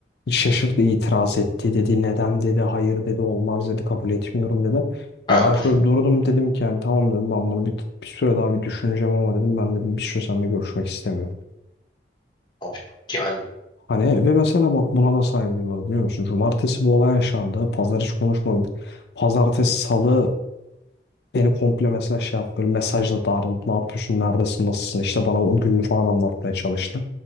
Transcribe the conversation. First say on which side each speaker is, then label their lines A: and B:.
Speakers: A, on the left (about 70°); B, on the left (about 25°).
A: Şaşırdı, itiraz etti dedi. Neden dedi. Hayır dedi. Olmaz dedi. Kabul etmiyorum dedi.
B: Ha
A: Ya ben
B: bu
A: şöyle durdum dedim ki yani tamam dedim ben bunu bir, bir süre daha bir düşüneceğim ama dedim ben dedim bir süre seninle görüşmek istemiyorum.
B: abi yani
A: Hani ve mesela bak buna da saygı duyuyorlar biliyor musun? Cumartesi bu olay yaşandı. Pazar hiç konuşmadı. Pazartesi, salı Beni komple mesela şey yaptı. Böyle mesajla darladı. Ne yapıyorsun? Neredesin? Nasılsın? İşte bana o gününü falan anlatmaya çalıştı.